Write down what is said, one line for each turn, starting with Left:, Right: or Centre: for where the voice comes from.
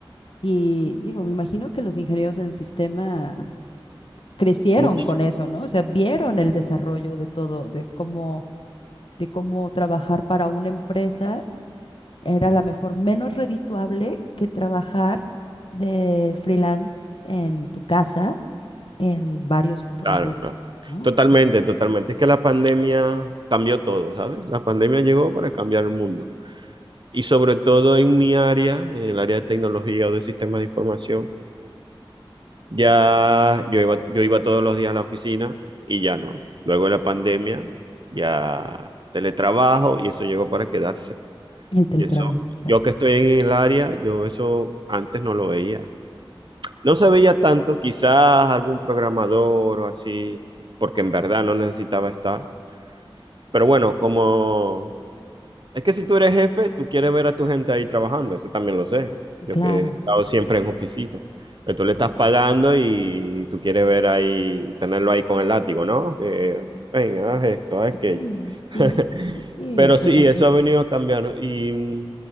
Left: Y digo, me imagino que los ingenieros en sistema crecieron
Right: Mucho,
Left: con eso, ¿no? O sea, vieron el desarrollo de todo, de cómo, de cómo trabajar para una empresa Era a lo mejor menos redituable que trabajar de freelance en tu casa en varios proyectos,
Right: claro, claro.
Left: ¿no?
Right: Totalmente, totalmente. Es que la pandemia cambió todo, ¿sabes? La pandemia llegó para cambiar el mundo. Y sobre todo en mi área, en el área de tecnología o de sistemas de información. Ya yo iba, yo iba todos los días a la oficina y ya no. Luego de la pandemia, ya teletrabajo y eso llegó para quedarse.
Left: El teletrabajo,
Right: Y eso,
Left: exacto.
Right: yo que estoy en el área, yo eso antes no lo veía. No se veía tanto, quizás algún programador o así, porque en verdad no necesitaba estar. Pero bueno, como es que si tú eres jefe, tú quieres ver a tu gente ahí trabajando, eso también lo sé. Yo
Left: Claro.
Right: que he estado siempre en oficina. Pero tú le estás pagando y tú quieres ver ahí, tenerlo ahí con el látigo, ¿no? Que, ven, haz esto, haz aquello.
Left: Sí,
Right: <laughs>
Left: y, y sí,
Right: Pero
Left: o sea,
Right: sí,
Left: también.
Right: eso ha venido a cambiar ¿no? y,